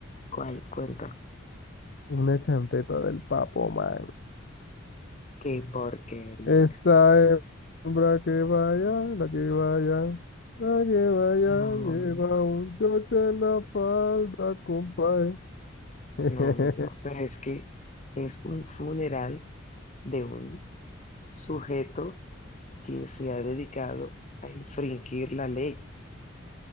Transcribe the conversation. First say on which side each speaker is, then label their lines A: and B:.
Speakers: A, on the left (about 40°); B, on the left (about 55°).
A: ¿Cuál cuenta?
B: Una champeta del Papo Man.
A: Qué porquería.
B: Esa hembra que vaya, la que vaya, la que vaya,
A: No,
B: lleva un chocho en la falda, compadre. <laughs>
A: no, no, no. Pero es que es un funeral de un sujeto que se ha dedicado a infringir la ley.